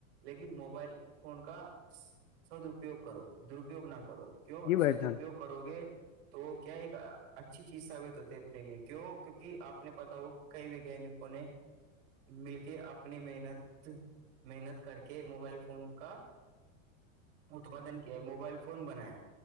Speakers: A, on the right; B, on the left.
A: لیکن موبائل فون کا سدپیوگ کرو درپیوگ نہ کرو- کیوں
B: جی بھائی
A: سدپیوگ
B: جان
A: کرو گے تو کیا ایک اچھی چیز ثابت ہوتی ہے اپنے، لیے کیوں کیونکہ اپ نے بتاؤ کہ کونے مل کے اپنی محنت محنت کر کے موبائل فون کا-
B: <inaudible>
A: اتپادن کیا موبائل فون بنایا